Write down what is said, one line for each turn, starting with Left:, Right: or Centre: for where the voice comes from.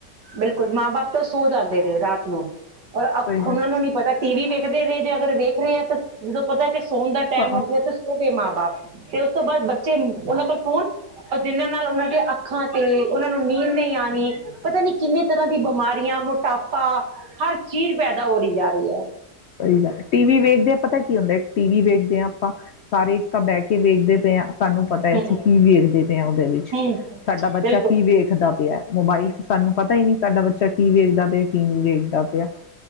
Right: ਬਿਲਕੁਲ, ਮਾਂ ਬਾਪ ਤਾਂ ਸੋ ਜਾਂਦੇ ਨੇ ਰਾਤ ਹਮਮ। ਔਰ
Left: ਸਹੀ
Right: ਉਹਨਾਂ
Left: ਗੱਲ
Right: ਨੂੰ ਨੀ ਪਤਾ ਟੀ ਵੀ ਵੇਖਦੇ ਰਹੇ ਜੇ ਅਗਰ ਵੇਖ <unintelligible> ਉਦੋਂ ਪਤਾ ਫਿਰ ਸੋਣ ਦਾ ਟਾਈਮ
Left: ਹਾਂ
Right: ਹੋ ਗਿਆ ਤੇ ਸੋ ਗਏ ਮਾਂ ਬਾਪ। ਐ ਉਸ ਤੋਂ ਬਾਅਦ ਬੱਚੇ ਉਹਨਾਂ ਕੋਲ ਹੁਣ ਜਿਹਨਾਂ ਨਾਲ ਉਹਨਾਂ ਦੀਆਂ ਅੱਖਾਂ ਤੇ ਉਹਨਾਂ ਨੂੰ ਨੀਂਦ ਨਹੀਂ ਯਾਨੀ ਪਤਾ ਨੀ ਕਿੰਨੇ ਤਰ੍ਹਾਂ ਦੀ ਬਿਮਾਰੀਆਂ, ਮੋਟਾਪਾ, ਹਰ ਚੀਜ਼ ਪੈਦਾ ਹੋ ਰਹੀ ਜਾ ਰਹੀ ਹੈ।
Left: ਸਹੀ ਗੱਲ ਹੈ। ਟੀਵੀ ਵੇਖਦੇ ਆ ਪਤਾ ਕੀ ਹੁੰਦਾ, ਟੀ ਵੀ ਦੇਖਦੇ ਆ। ਆਪਾਂ ਸਾਰੇ ਇੱਕ ਤਾਂ ਬਹਿ ਕੇ ਵੇਖਦੇ <unintelligible> ਸਾਨੂੰ ਪਤਾ ਹੈ
Right: ਹੂੰ
Left: ਅਸੀਂ ਕੀ ਵੇਖਦੇ ਪਏ ਹਾਂ, ਉਹਦੇ ਵਿੱਚ
Right: ਹੂੰ ਹੂੰ,
Left: ਸਾਡਾ ਬੱਚਾ
Right: ਬਿਲਕੁਲ
Left: ਕੀ ਵੇਖਦਾ ਪਿਆ। ਮੋਬਾਈਲ ਚ ਸਾਨੂੰ ਪਤਾ ਹੀ ਨਹੀ, ਸਾਡਾ ਬੱਚਾ ਕੀ ਵੇਖਦਾ ਪਿਆ, ਕੀ ਨਹੀਂ ਵੇਖਦਾ ਪਿਆ।